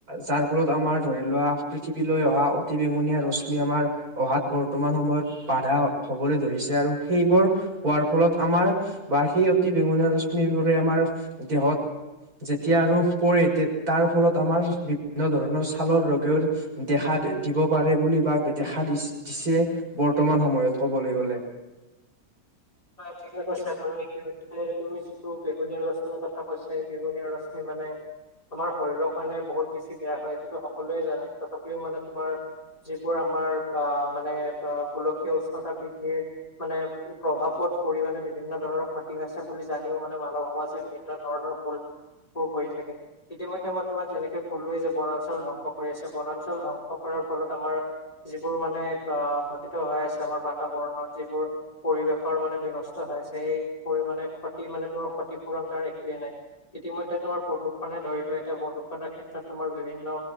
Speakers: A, on the right; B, on the left.
A: যাৰ ফলত আমাৰ ধৰি লোৱা পৃথিৱীলৈ অহা অতি বেঙুনীয়া ৰশ্মি আমাৰ, অহাত বৰ্তমান সময়ত বাধা হবলৈ ধৰিছে আৰু সেইবোৰ হোৱাৰ ফলত আমাৰ, বা সেই অতি বেঙুনীয়া ৰশ্মিবোৰে আমাৰ দেহত যেতিয়া ৰ আৰু পৰে তাৰ ফলত আমাৰ বিভিন্ন ধৰণৰ ছালৰ ৰোগেও দেখা দিব পাৰে বুলি বা দেখা দি দিছে। বৰ্তমান সময়ত ক'বলে গ'লে।
B: হয় ঠিকে কৈছা তুমি ইতিমধ্যে তুমি যিটো বেগুনীয়া ৰশ্মিৰ কথা কৈছা সেই বেগুনীয়া ৰশ্মি মানে, আমাৰ শৰীৰৰ কাৰণে বহুত বেছি বেয়া হয় এইটোতো সকলোৱে জানে তথাপিও মানে তোমাৰ যিবোৰ আমাৰ বা মানে গোলকীয় উষ্ণতা বৃদ্ধিৰ মানে প্ৰভাৱ, পৰিমাণে বিভিন্ন ধৰণৰ খতি আছে বুলি জানিও মানে মানৱ সমাজে বিভিন্ন ধৰণৰ ফল কৰি থাকে। ইতিমধ্যে মই তোমাক যেনেকে কলোৱেই যে বনাঞ্চল ধ্বংস কৰি আছে বনাঞ্চল ধ্বংস কৰাৰ ফলত আমাৰ, যিবোৰ মানে অ ঘটিত হৈ আছে আমাৰ বাতাবৰণত যিবোৰ পৰিৱেশ, ৰ মানে বিনষ্ট হৈ আছে, সেই পৰিমানে ক্ষতি মানে ত ক্ষতিপূৰণ তাৰ একোৱে নাই। ইতিমধ্যে তোমাৰ প্ৰদূষণে ধৰিতো এতিয়া প্ৰদূষণৰ ক্ষেত্ৰত তোমাৰ বিভিন্ন,